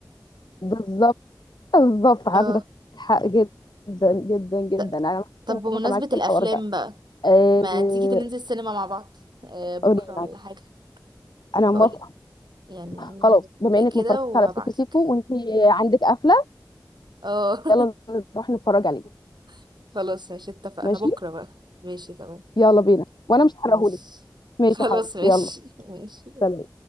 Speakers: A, on the left (about 85°); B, on the right (about 85°).
A: بالظبط بالظبط عندك
B: اه
A: حق جدا جدا جدا
B: ط-
A: انا
B: طب
A: متفقة
B: بمناسبة
A: معاك في
B: الأفلام
A: الحوار ده
B: بقى
A: آه...
B: ما تيجي ننزل السينما مع بعض آه بكرة
A: قولي لي
B: ولا
A: معاك
B: حاجة
A: انا
B: بقولك
A: موافقة
B: يعني
A: خلاص بما
B: نتفق
A: انك
B: كده
A: ما اتفرجتش
B: وابعتلك
A: على سيكو سيكو وانت عندك قفلة
B: اه
A: يلا نروح نتفرج عليه
B: <laughs> خلاص ماشي اتفقنا
A: ماشي
B: بكرة بقى ماشي تمام
A: يلا بينا وانا مش هحرقهولك
B: ماشي
A: ماشي
B: خلاص
A: يا حبيبتي
B: ماشي
A: يلا
B: ماشي
A: سلام